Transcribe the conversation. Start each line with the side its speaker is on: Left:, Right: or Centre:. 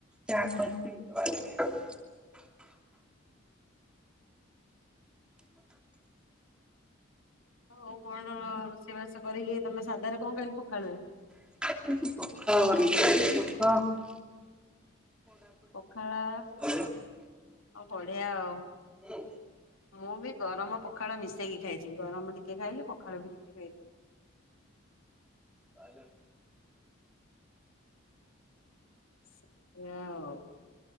Centre: ଚା ପତି <unintelligible>
Left: ଆଉ କଣ ରୋଷେଇ ବାସ କରିକି ତମେ ସାଧାରେ କଣ ଖାଇଲ ପଖାଳରେ?
Centre: ଆଜି ପଖାଳ କରିକି ଖାଇଲି ପଖ
Left: ପଖାଳ।
Centre: ହ
Left: ଆଉ ବଢିଆ ଆଉ।
Centre: ଉଁ।
Left: ମୁଁ ବି ଗରମ ପଖାଳ ମିଶେଇକି ଖାଇଛି ଗରମ ଟିକେ ଖାଇଲି ପଖାଳ ବି ଟିକେ ଖାଇଲି।
Centre: ପାଇଲା।
Left: ସେୟା ଆଉ।